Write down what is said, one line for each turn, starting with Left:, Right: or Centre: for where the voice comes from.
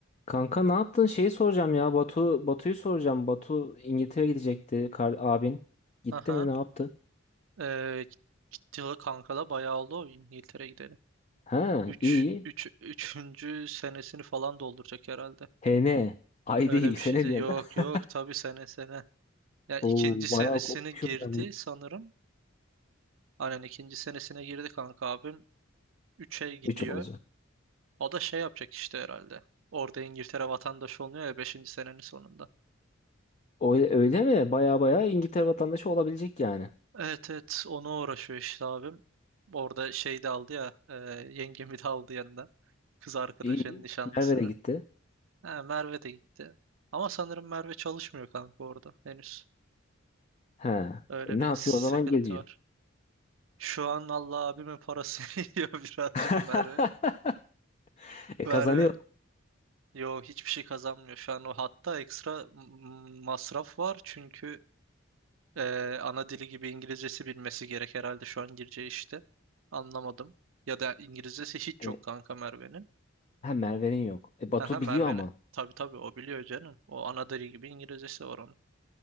Left: Kanka ne yaptın? Şeyi soracağım ya. Batu Batu'yu soracağım. Batu İngiltere gidecekti. Kar, abin. Gitti
Right: Aha.
Left: mi? Ne yaptı?
Right: Ee, gitti kankala bayağı oldu o İngiltere gideli.
Left: Ha,
Right: üç
Left: iyi.
Right: 3 üçüncü senesini falan dolduracak herhalde.
Left: HN. Ay
Right: Öyle
Left: değil.
Right: bir
Left: Sene
Right: şey de
Left: diyen.
Right: yok
Left: de.
Right: yok
Left: <laughs>
Right: tabii sene sene. Ya ikinci
Left: Oo,
Right: senesini
Left: bayağı kopmuşum
Right: girdi
Left: ben.
Right: sanırım. Aynen ikinci senesine girdi kanka abim. 3'e gidiyor.
Left: Üç olacak.
Right: O da şey yapacak işte herhalde. Orada İngiltere vatandaşı oluyor ya 5. senenin sonunda.
Left: Öyle, öyle mi? Baya baya İngiltere vatandaşı olabilecek yani.
Right: Evet evet ona uğraşıyor işte abim. Orada şey de aldı ya e, yengemi de aldı yanında Kız arkadaşının
Left: İyi.
Right: nişanlısını.
Left: Merve de gitti.
Right: Ha, Merve de gitti. Ama sanırım Merve çalışmıyor kanka orada henüz.
Left: Ha.
Right: Öyle
Left: E,
Right: bir
Left: ne yapıyor
Right: sıkıntı
Left: o zaman? Geziyor.
Right: var. Şu an Allah abimin parasını <laughs> yiyor birazcık
Left: <laughs>
Right: Merve. Merve
Left: E kazanıyor.
Right: yo hiçbir şey kazanmıyor. Şu an o hatta ekstra m- masraf var. Çünkü e, ana dili gibi İngilizcesi bilmesi gerek herhalde şu an gireceği işte. Anlamadım. Ya da İngilizcesi hiç
Left: E,
Right: yok kanka Merve'nin.
Left: ha Merve'nin yok. E Batu
Right: Aha Merve'nin.
Left: biliyor ama.
Right: Tabii tabii o biliyor canım. O ana dili gibi İngilizcesi var onun.